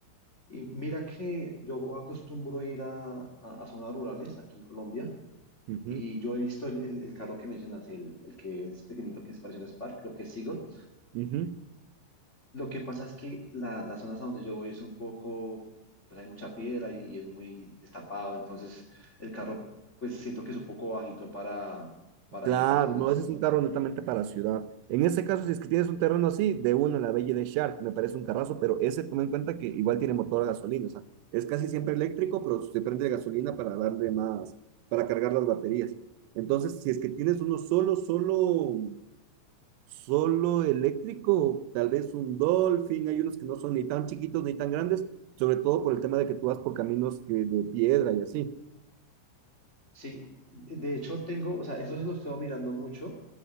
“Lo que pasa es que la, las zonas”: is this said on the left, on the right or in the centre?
Left